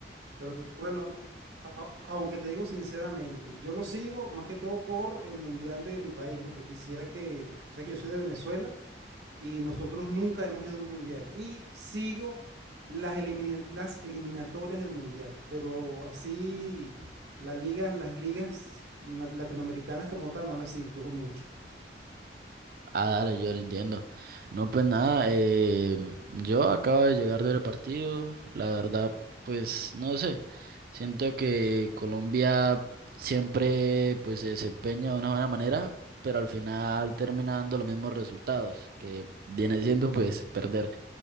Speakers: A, on the right; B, on the right.
A: pero tú- bueno, a- aunque te digo sinceramente, yo lo sigo más que todo por el Mundial de mi país, ¿no? Que quisiera que, sé que yo soy de Venezuela y nosotros nunca hemos ido a un Mundial y sigo las, elimi- las eliminatorias del Mundial, pero así las ligas, las ligas na- latinoamericanas como tal no las sigo mucho.
B: Ah, dale, Jor, entiendo. No, pues nada, eh, yo acabo de llegar del partido, la verdad, pues no sé, siento que Colombia siempre pues se desempeña de una buena manera, pero al final termina dando los mismos resultados, que viene siendo pues perder.